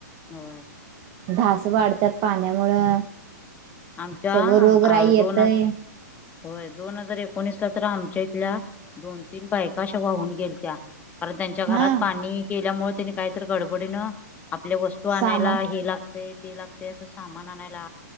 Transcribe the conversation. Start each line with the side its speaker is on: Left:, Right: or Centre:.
Left: हो
Right: ढास वाढतात पाण्यामुळं
Left: आमच्या
Right: सगळं रोग राई येतय
Left: दोन होय दोन हजार एकोणीसला तर आमच्या इथल्या दोन तीन बायका अशा वाहून गेलत्या कारण त्यांच्या घरात
Right: हा
Left: पाणी केल्यामुळे त्यांनी काहीतरी गडबडीनं आपल्या वस्तू आणायला
Right: सामान
Left: हे लाग ती लागते असं सामान आणायला